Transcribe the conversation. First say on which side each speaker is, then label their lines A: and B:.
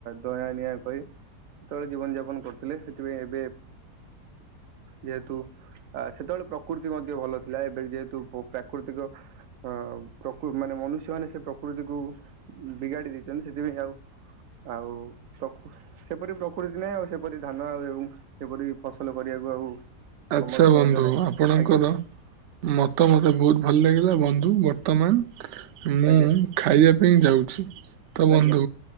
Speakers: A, on the right (about 60°); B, on the right (about 80°).
A: ଦୟା- ନିଆଁ କରି ସେତେବେଳେ ଜୀବନ ଯାପନ କରୁଥିଲେ, ସେଥିପାଇଁ ଏବେ ଯେହେତୁ ଆ ସେତେବେଳେ ପ୍ରକୃତି ମଧ୍ୟ ଭଲ ଥିଲା, ଏବେ ଯେହେତୁ ପ ପ୍ରାକୃତିକ ଅ ପ୍ରକୃ ମାନେ ମନୁଷ୍ୟ ମାନେ ସେ ପ୍ରକୃତିକୁ ବିଗାଡି ଦେଇଛନ୍ତି, ସେଥିପାଇଁ ଆଉ ଆଉ ସକ ସେପରି ପ୍ରକୃତି ନାହିଁ, ଆଉ ସେପରି ଧାନ ଆଉ ସେପରି ଫସଲ କରିବାକୁ ଆଉ
B: ଆଚ୍ଛା
A: ସମକ୍ଷ
B: ବନ୍ଧୁ,
A: ମଧ୍ୟ ନାହିଁ
B: ଆପଣଙ୍କର
A: ଆଜ୍ଞା
B: ମତାମତ ବହୁତ ଭଲ ଲାଗିଲା ବନ୍ଧୁ, ବର୍ତ୍ତମାନ ମୁଁ
A: ଆଜ୍ଞା
B: ଖାଇବା ପାଇଁ ଯାଉଛି। ତ ବନ୍ଧୁ,
A: ଆଜ୍ଞା